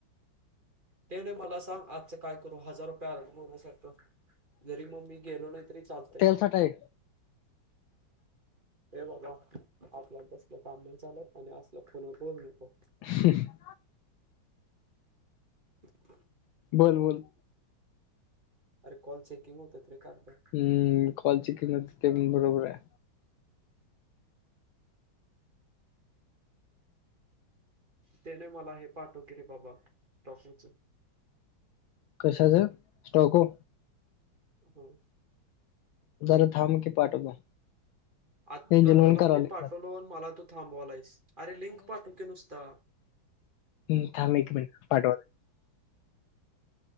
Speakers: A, on the right; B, on the left.
A: ते नाय मला सांग आजचं काय करू हजार रुपये आरमु येण्यासारख. जरी मग मी गेलो नाही तरी चालतय.
B: त्यालसाट आहे
A: हे बाबा आपल्या तसल काम नाही चालत असलं फोन नको.
B: हम
A: ह
B: बोल बोल
A: अरे कॉल चेकिंग होत त रे काॅल बॅक
B: हम्म कॉलची चेक होते ते पण बरोबर आहे.
A: त्याने मला हे पाठव की रे बाबा टॉकोच
B: कशाचं स्टॉको
A: हम्म
B: जरा थांब की पाठवतो.
A: आता
B: एंजल म्हणून
A: तुला
B: करावले
A: मी पाठवलो मला तू थांबवाला आहेस अरे लिंक पाठव की नुसता,
B: हम् थांब एक मिनिट पाठवा